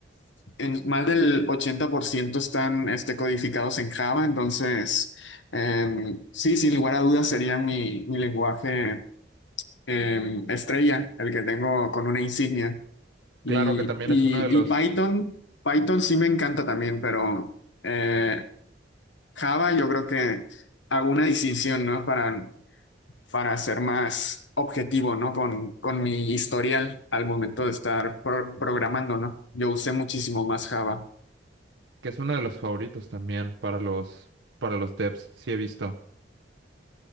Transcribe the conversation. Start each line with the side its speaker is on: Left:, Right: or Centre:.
Left: En más del 80% están este, codificados en Java, entonces em, sí, sin lugar a dudas sería mi mi lenguaje eh, Estrella, el que tengo con una insignia. Y,
Right: Claro que también
Left: y,
Right: es uno de los
Left: y Python, Python sí me encanta también, pero eh, Java yo creo que hago una distinción, ¿no? Para, para ser más objetivo, ¿no? Con, con mi historial al momento de estar pro- programando, ¿no? Yo usé muchísimo más Java.
Right: que es uno de los favoritos también para los, para los devs, sí he visto.